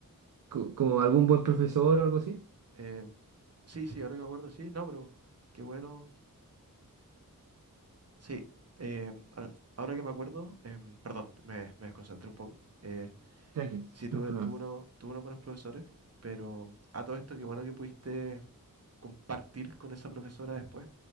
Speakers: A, on the right; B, on the right.
A: co- como algún buen profesor o algo así,
B: Eh, sí, sí, ahora que me acuerdo, sí. No, pero qué bueno. Sí, eh, ahora, ahora que me acuerdo, em, perdón, me, me desconcentré un poco. Eh,
A: tranquilo,
B: sí, tuve,
A: no hay problema.
B: tuve, uno- tuve unos buenos profesores, pero a todo esto, qué bueno que pudiste compartir con esa profesora después.